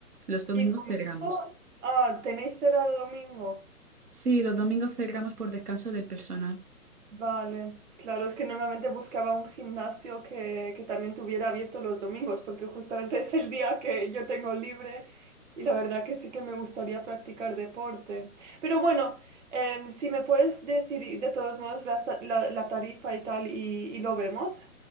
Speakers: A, on the right (about 85°); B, on the right (about 50°).
A: Los domingos
B: ¿Y domingo?
A: cerramos.
B: Ah, ¿tenéis cerrado domingo?
A: Sí, los domingos cerramos por descanso del personal.
B: Vale, claro, es que normalmente buscaba un gimnasio que, que también tuviera abierto los domingos, porque justamente <laughs> es el día que yo tengo libre y la verdad que sí que me gustaría practicar deporte. Pero bueno, em, si me puedes decir y de todos modos la, ta- la- la tarifa y tal y, y lo vemos.